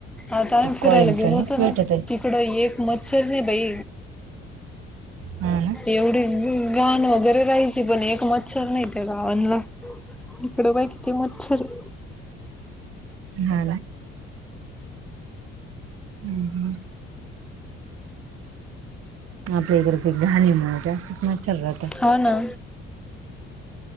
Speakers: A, in the centre; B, on the right.
A: आता
B: ते कॉईलच
A: फिरायला गेलो
B: नाही
A: होतो
B: भेटत
A: ना
B: आहे
A: तिकड एक मत विर नाही बाई
B: हा
A: एवढे घाण वगैरे राहायची पण एक मच्छर नाही ते गावांला इकडे बाई किती मच्छर आहे
B: हा हम् आपल्या इकडेच घाणी म्हण जास्तच मच्छर राहत
A: हा ना.